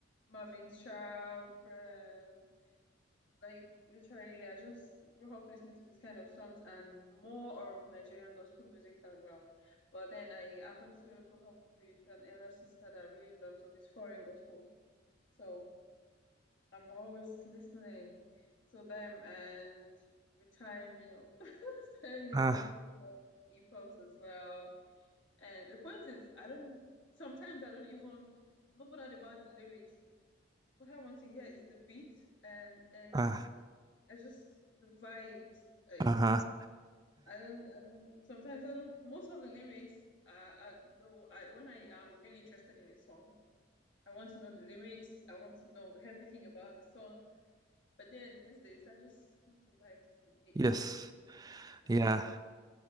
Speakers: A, on the left (about 70°); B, on the right (about 20°).
A: Marvin Sharp, um, like literally, I just grew up listening to this kind of songs and more of Nigerian gospel music as well. But then I happened to grow up with an elder sister that really loves all these foreign gospels, so I'm always listening to them, and with time, you know, <laughs> started listening
B: Ah,
A: to hip hops as well and the point is, I don't, sometimes I don't even, I'm not bothered about the lyrics. What I want to hear is the beat and and
B: ah,
A: I just the vibes. Like
B: uh-huh.
A: I don't, I don't. Sometimes I don't. Most of the lyrics, uh, uh though, I when I am really interested in a song, I want to know the lyrics. I want to know everything about the song. But then these days, I just want to vibe to the beats
B: Yes.
A: and
B: Yeah.
A: I just